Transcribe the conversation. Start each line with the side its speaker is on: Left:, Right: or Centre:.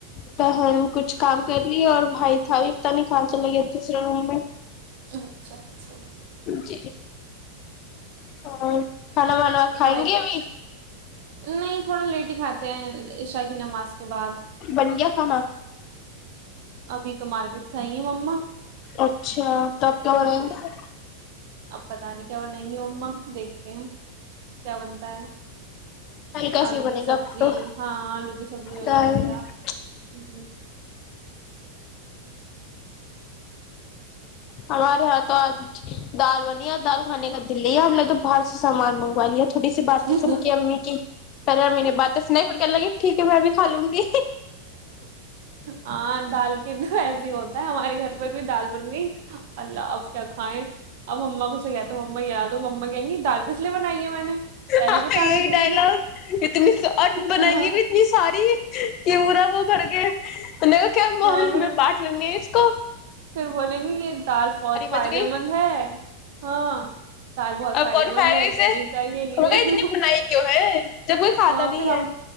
Left: بہن کچھ کام کر لی اور بھائی تھا بھی پتا نہیں کہاں چلا گیا دوسرے روم میں
Right: اچھا اچھا
Left: جی اور کھانا وانا کھائیں
Right: پڑھائی
Left: گے ابھی
Right: نہیں تھوڑا لیٹ کھاتے ہیں عشا کی نماز کے بعد
Left: بن گیا کھانا
Right: ابھی تو مارکیٹ سے آئی ہے مما
Left: اچھا تو آپ کیا بنائیں
Right: جی
Left: گے
Right: اپ ت انک ا نیںو اا دیکھتے ہیں کیا بنتا ہے
Left: ہلکا سے
Right: آلو
Left: بنے
Right: کی
Left: گا
Right: سبزی
Left: آپ کو
Right: ہاں آلو کی سبزی وغیرہ
Left: دال
Right: کیا ہمم <inaudible>
Left: ہمارے یہاں تو آج دال بنی ہے اور دال کھانے کا دلی ہے ہم نے تو باہر سے سامان منگوا لیا تھھوٹی سی باتیں
Right: ہوں
Left: سن کے امی کی <unintelligible> ٹھیک ہے میں بھی کھالوں گی
Right: ہاں دال کے تو ایسے ہوتا ہے ہم ارے گھر پر بھی دال بن گئی اللہ اب کیا کھائیں اب مما کوے کہ تو مما یاد ہو مما کہیں گی دال کس لیے بنائی ہے میں نے پہلے
Left: ہاں
Right: ہی بتا
Left: یہی
Right: دیتے
Left: ڈائلگ
Right: مجھے
Left: اتنی اور بنائیں
Right: ہاں
Left: گے بھی اتنی ساری کہ پورا وہ بھر گئے تو کیا محللی
Right: ہاں پھر
Left: میں بانٹ لینے اس کا
Right: پھر بولیں گے یہ دال بہت فائدے
Left: بچ گئی
Right: مند ہے ہاں دال بہت
Left: اب
Right: فائدے
Left: کون
Right: مند
Left: کھائے
Right: ہے
Left: گا
Right: کھانی
Left: اسے
Right: چاہیے یہ
Left: ہم نے اتنی بنائی کیوں ہے جب کوئی کھاتا
Right: ہاں
Left: نہیں
Right: پھر ہم
Left: ہے